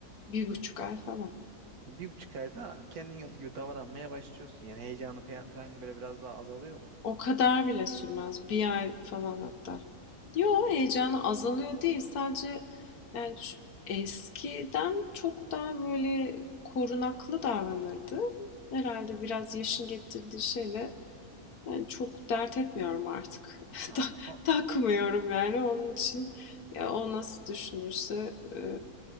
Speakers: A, on the left; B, on the right.
A: bir buçuk ay falan.
B: Yani bir buçuk ayda kendin gibi davranmaya başlıyorsun yani heyecanı fe- falan böyle biraz daha azalıyor mu
A: O kadar bile sürmez, bir ay falan hatta. Yo,
B: ya
A: heyecanı azalıyor değil. Sadece yani ç- eskiden çok daha böyle korunaklı davranırdı. Herhalde biraz yaşın getirdiği şeyle yani çok dert etmiyorum artık. <laughs>
B: ha
A: Ta-
B: o-
A: Takmıyorum yani onun için ya o nasıl düşünürse e,